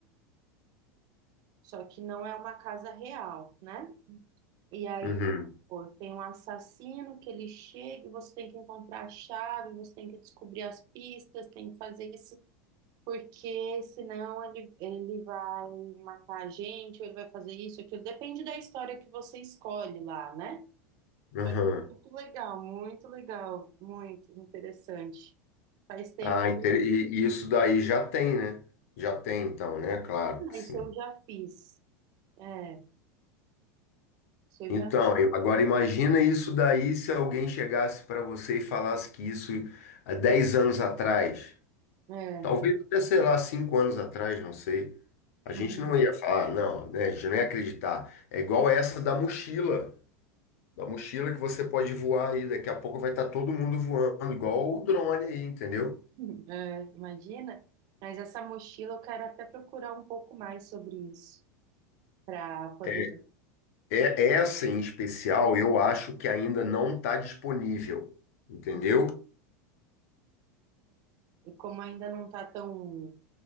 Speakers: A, on the right (about 50°); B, on the left (about 65°).
A: só que não é uma casa real, né? E aí,
B: uhum,
A: pô, tem um assassino que ele chega e você tem que encontrar a chave, você tem que descobrir as pistas, tem que fazer isso, porque senão ele, ele vai matar a gente, ou ele vai fazer isso, aquilo. Depende da história que você escolhe lá, né?
B: uhum.
A: Só que é muito legal, muito legal, muito interessante. Faz tempo,
B: Ah, inter- e, e isso daí já tem, né? Já tem, então, né? Claro
A: mas
B: que sim.
A: isso eu já fiz. É, isso eu
B: Então,
A: já.
B: eu- agora imagina isso daí se alguém chegasse para você e falasse que isso há 10 anos atrás,
A: É,
B: talvez até, sei lá, 5 anos atrás, não sei. A
A: uhum,
B: gente não ia falar, não, né? A gente não ia acreditar. É igual essa da mochila, da mochila que você pode voar aí, daqui a pouco vai estar todo mundo voando, igual o drone aí, entendeu?
A: <laughs> é, imagina. Mas essa mochila eu quero até procurar um pouco mais sobre isso, para poder.
B: É, É, essa em especial, eu acho que ainda não está disponível, entendeu?
A: Uhum, é. E como ainda não está tão,